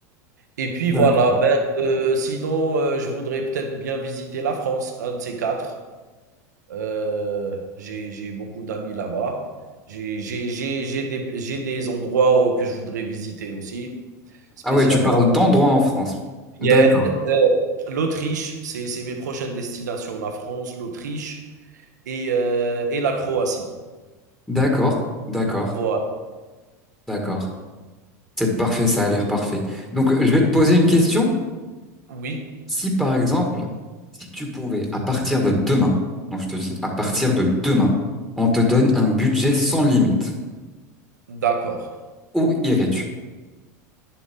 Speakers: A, on the right (about 85°); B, in the centre.
A: et puis
B: d'accord.
A: voilà, ben, heu, sinon, heu, je voudrais peut-être bien visiter la France, un de ces 4. Euh, j'ai j'ai beaucoup d'amis là-bas. J'ai j'ai- j'ai- j'ai des, j'ai des endroits euh, que je voudrais visiter aussi, spécialement.
B: Ah ouais, tu parles d'endroits en France. D'accord,
A: Vienne, euh, l'Autriche, c'est c'est mes prochaines destinations. La France, l'Autriche et, euh, et la Croatie.
B: d'accord, d'accord,
A: Voilà.
B: d'accord. C'est parfait, ça a l'air parfait. Donc, je vais te poser une question.
A: Oui,
B: Si, par exemple, si tu pouvais, à partir de demain, donc je te dis, à partir de demain, on te donne un budget sans limite,
A: d'accord.
B: où irais-tu?